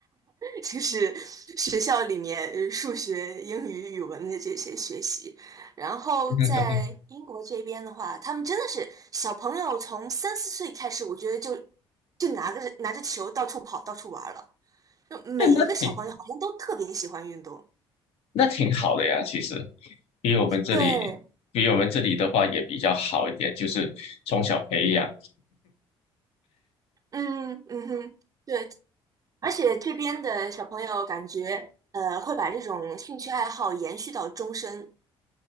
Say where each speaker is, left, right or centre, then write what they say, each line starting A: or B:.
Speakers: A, on the right; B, on the left.
A: 就是学校里面呃数学、英语、语文的这些学习。然后在英国这边的话，
B: <laughs>
A: 他们真的是小朋友从三四岁开始，我觉得就就拿着拿着球到处跑、到处玩了。就每一个小朋友好像都特别喜欢运动。
B: 那挺那挺好的呀，其实比我们这里
A: 对，
B: 比我们这里的话也比较好一点，就是从小培养，
A: 嗯嗯哼，对，而且这边的小朋友感觉呃会把这种兴趣爱好延续到终身。